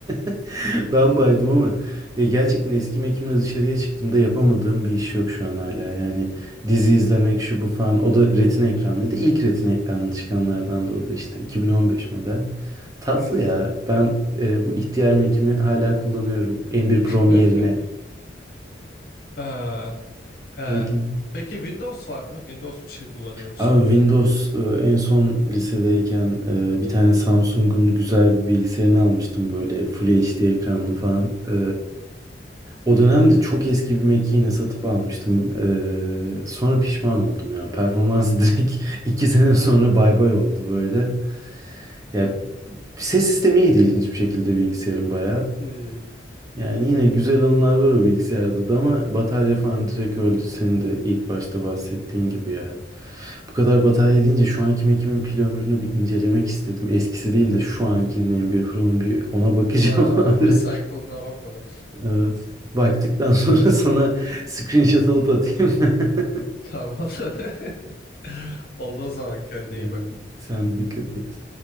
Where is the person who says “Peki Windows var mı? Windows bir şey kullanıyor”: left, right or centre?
Left